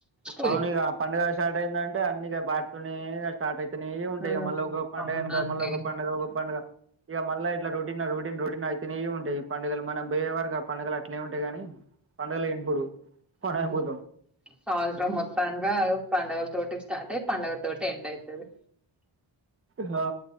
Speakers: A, in the centre; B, on the right (about 25°).
A: పూజిస్తాం.
B: అవునిగా పండగ స్టార్ట్ అయిందం అంటే అన్నిగా బాటితోనే స్టార్ట్ అయి తనే ఉంటయి
A: హ్మ్
B: ఇగ మళ్ళ ఒక పండగ
A: అవునండి
B: వెనుక మళ్ళ ఒక పండుగ ఒక పండుగ ఇక మళ్ళా ఇట్లా రొటిన రో రన్ రొటినయితనే ఉంటయి పడుగలు మనం బొయేవరకు ఆ పండగలు అట్నే ఉంటయి కాని పండగ లే ఇప్పుడు మనమేం
A: హ్మ్.
B: బోతం
A: సంవత్సరం మొత్తంగా పండుగల తోటి స్టార్ట్ అయి పండుగల తోటి ఎండ్ ఐతది
B: హా